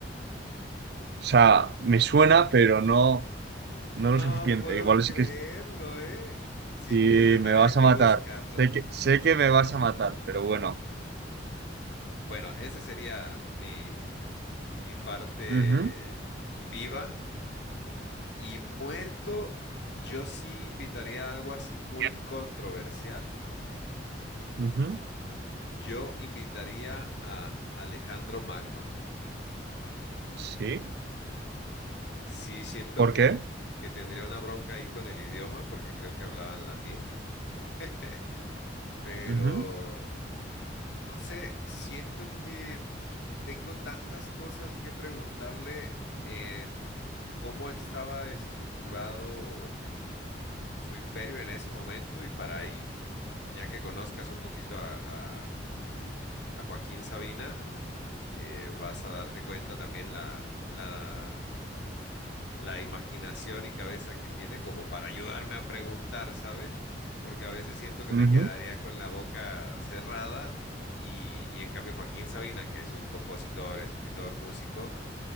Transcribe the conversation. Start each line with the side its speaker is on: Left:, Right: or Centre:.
Right: O sea, me suena, pero no, no
Left: No
Right: lo suficiente.
Left: puedo
Right: Igual es
Left: creerlo,
Right: que
Left: ¿eh? Sí
Right: Sí,
Left: tienes de tarea
Right: me vas
Left: que
Right: a matar.
Left: buscarlo.
Right: Sé que, sé que me vas a matar, pero bueno.
Left: Bueno, ese sería mi, mi parte
Right: Ujú,
Left: viva. Y muerto, yo sí invitaría a algo así muy
Right: Ya.
Left: controversial
Right: ujú,
Left: Yo invitaría a Alejandro Magno.
Right: Sí.
Left: Sí, siento
Right: ¿Por
Left: que,
Right: qué?
Left: que tendría una bronca ahí con el idioma, porque creo que hablaban latín, <laughs> pero
Right: Ujú,
Left: no sé, siento que tengo tantas cosas que preguntarle en cómo estaba estructurado su imperio en ese momento y para ahí, ya que conozcas un poquito a, a- a Joaquín Sabina, eh, vas a darte cuenta también la... la la imaginación y cabeza que tiene como para ayudarme a preguntar, ¿sabes? Porque a veces siento que
Right: ujú,
Left: me quedaría con la boca cerrada y, y en cambio Joaquín Sabina, que es un compositor, escritor, músico,